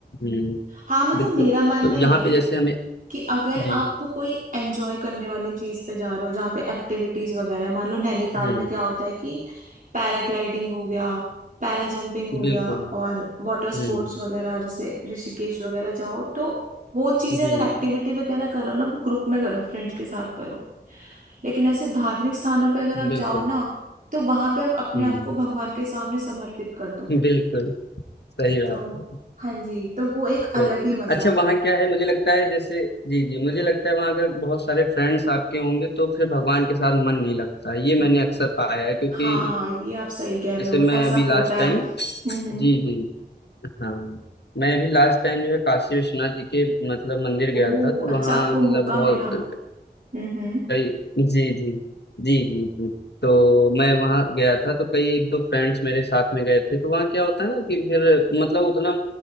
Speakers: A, on the left; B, on the right.
A: हम्म
B: हाँ मतलब
A: बिल्कुल
B: मेरा मानना
A: तो
B: ये
A: यहाँ
B: है
A: पे जैसे हमें
B: कि अगर
A: जी
B: आप कोई एंजॉय करने वाली चीज पे जा रहे हो जहाँ पे एक्टिविटीज वगैरह है, मान लो नैनीताल
A: हम्म
B: में क्या होता है कि पैराग्लाइडिंग हो गया पैरा जंपिंग हो
A: बिल्कुल
B: गया और वाटर स्पोर्ट्स
A: हम्म
B: वगैरह जैसे ऋषिकेश वगैरह जाओ तो वो चीजें
A: जी
B: अगर एक्टिविटी
A: जी
B: वगैरह करो ना वो ग्रुप में करो फ्रेंड्स के साथ करो लेकिन ऐसे धार्मिक स्थानों पे अगर आप
A: बिल्कुल
B: जाओ ना तो वहां पे आप अपने
A: हम्म
B: आप को भगवान के सामने समर्पित कर दो
A: बिल्कुल सही बात
B: तो
A: है
B: हाँ जी तो वो एक अलग
A: तो
B: ही मजा
A: अच्छा वहाँ क्या है मुझे लगता है जैसे जी जी मुझे लगता है वहाँ अगर बहुत सारे फ्रेंड्स आपके होंगे तो फिर भगवान के साथ मन नहीं लगता ये
B: है
A: मैंने अक्सर पाया है क्योंकि
B: हाँ ये आप सही कह रहे
A: जैसे
B: हो
A: मैं
B: ऐसा
A: अभी
B: होता
A: लास्ट टाइम
B: है हम्म
A: जी जी हाँ मैं अभी लास्ट टाइम जो है काशी विश्वनाथ जी के मतलब मंदिर गया
B: ओ
A: था तो
B: अच्छा
A: वहाँ
B: आपको
A: मतलब
B: मौका
A: बहुत
B: मिला हम्म
A: कई जी जी जी जी जी तो मैं वहाँ गया था तो कई एक दो फ्रेंड्स मेरे साथ में गए थे तो वहाँ क्या होता है ना कि फिर मतलब उतना